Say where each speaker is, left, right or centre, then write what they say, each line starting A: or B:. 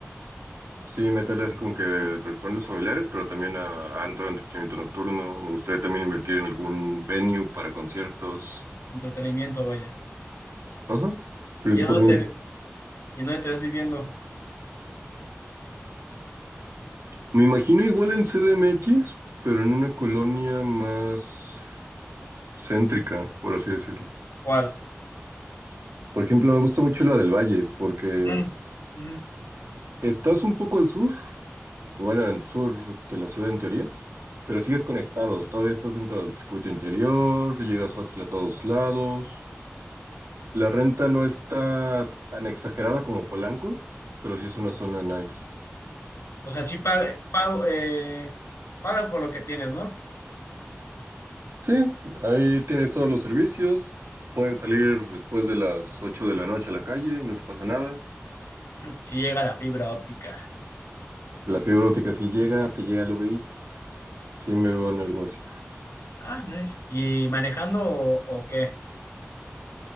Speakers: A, on the right; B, on the left.
A: Sí, meterle así como que restaurantes familiares, pero también a, a antro, entretenimiento nocturno. Me gustaría también invertir en algún venue para conciertos.
B: entretenimiento, vaya.
A: Ajá, principalmente.
B: ¿Y en dónde te, y en dónde te ves viviendo?
A: Me imagino igual en CDMX, pero en una colonia más céntrica, por así decirlo.
B: ¿Cuál?
A: Por ejemplo, me gusta mucho la del Valle, porque
B: Mm, ujú.
A: estás un poco al sur, bueno, al sur de la ciudad en teoría, pero sigues conectado, todavía estás dentro del circuito interior, llegas fácil a todos lados. La renta no está tan exagerada como Polanco, pero sí es una zona nice.
B: O sea, sí pa- pago, eh, pagas por lo que tienes, ¿no?
A: Sí, ahí tienes todos los servicios. Puedes salir después de las 8 de la noche a la calle y no te pasa nada.
B: Si llega la fibra óptica.
A: La fibra óptica sí llega, te llega el Uber Eats. Sí me veo en algo así.
B: Ah, nice. ¿Y manejando o, o qué?